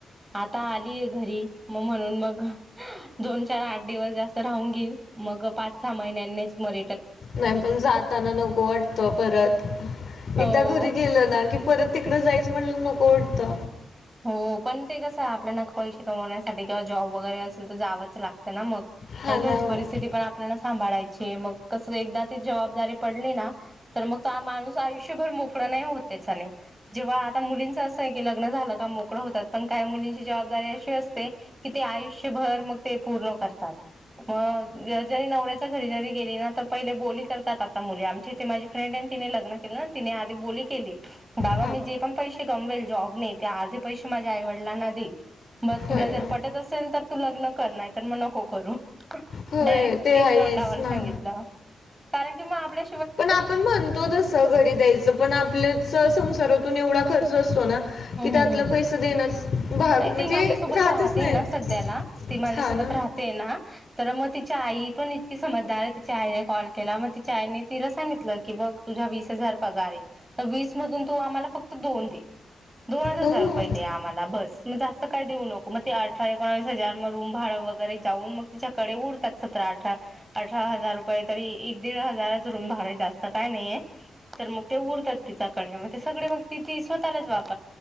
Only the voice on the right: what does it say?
आता आलीय घरी मग म्हणून मग दोन चार आठ दिवस जास्त राहून घेल मग पाच सहा महिन्यांनीच मर
हो
हो पण ते कसं आपल्याना पैसे कमवण्यासाठी किंवा जॉब वगैरे असेल तर जावंच लागतं ना मग.
आणि घरची
परिस्थिती पण आपल्याला सांभाळायची मग कसं एकदा ती जबाबदारी पडली ना तर, मग माणूस आयुष्यभर मोकळा नाही होत त्याच्याने, जेव्हा आता मुलींचं लग्न झालं -- मोकळं होतात पण काही मुलींची जबाबदारी अशी असते की ते आयुष्यभर मग ते पूर्ण करतात. मग जरी नवऱ्याच्या घरी जरी गेली ना तर पहिले बोली करतात आता मुली. आमच्या इथे माझी लग्न केलं तिने आधी बोली केली, बाबा
मी जे पण पैसे कमवेल जॉबने ते अर्धे पैसे माझ्या आईवडिलांना देईल. बघ तुला
जर
पटत असेल तर तू लग्न कर. नाही तर मग नको करू.
डायरेक्ट
तिने
तोंडावर
सांगितलं कारण की मग आपल्या
हम्
हम हम
नाही
ती माझ्यासोबत
राहते
ना सध्याला ती माझ्यासोबत
राहते ना? तर मग तिच्या आई पण इतकी समजदार आहे तिच्या आईने कॉल केला मग तिच्या आईने तिला सांगितलं की बघ तुझ वीस हजार पगार आहे तर वीस मधून तू आम्हाला फक्त दोन दे. दोनच हजार
रुपये द्या आम्हाला बस. मग जास्त काय देऊ नको मग ते अठरा एकोणावीस हजार मग रूम भाडं वगैरे जाऊन मग तिच्याकडे उरतात सतरा अठरा अठरा हजार रुपये तरी एक दीड हजाराच रूम भाडं ए, जास्त काही नाहीये तर मग ते उरतात तिचा कडे मग ते सगळे मग तिची स्वतःलाच वापर